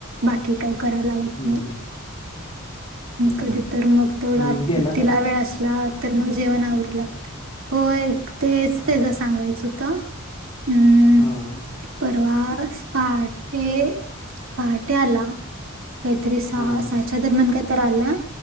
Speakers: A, on the right; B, on the left.
A: बाकी काय करायला लावत
B: हं,
A: नाही.
B: हं, हं.
A: कधी तर मग तेवढा
B: रोहित गेला
A: तिला
B: काय?
A: वेळ असला तर मग जेवण आवरू लागत होय तेच
B: हां,
A: त्याचा सांगायचंत हम्म
B: हां,
A: परवास पाठ ते पहाटे आला काहीतरी स
B: हां,
A: साच्या दरम्यान का तर आला